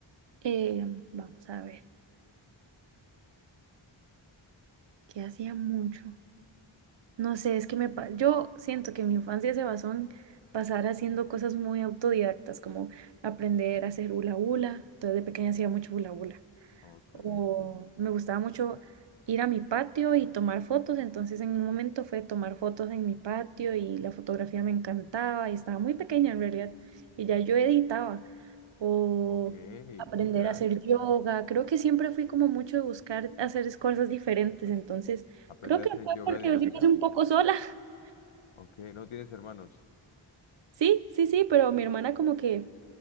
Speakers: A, on the right; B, on the left.
A: Eh, vamos a ver, ¿qué hacía mucho? No sé, es que me, pa- yo siento que mi infancia se basó en pasar haciendo cosas muy autodidactas, como aprender a hacer hula hula. Entonces de pequeña hacía mucho hula hula.
B: Oh, qué
A: o
B: bello.
A: me gustaba mucho ir a mi patio y tomar fotos, entonces en un momento fue tomar fotos en mi patio y la fotografía me encantaba y estaba muy pequeña en realidad y ya yo editaba o
B: Ok,
A: aprender
B: qué crack.
A: a hacer yoga, creo que siempre fui como mucho de buscar hacer cosas diferentes, entonces
B: ¿Aprender
A: creo que
B: a hacer
A: fue
B: yoga
A: porque
B: de niña?
A: yo sí pasé un poco sola, <laughs>
B: Ok, ¿no tienes hermanos?
A: sí, sí, sí, pero mi hermana como que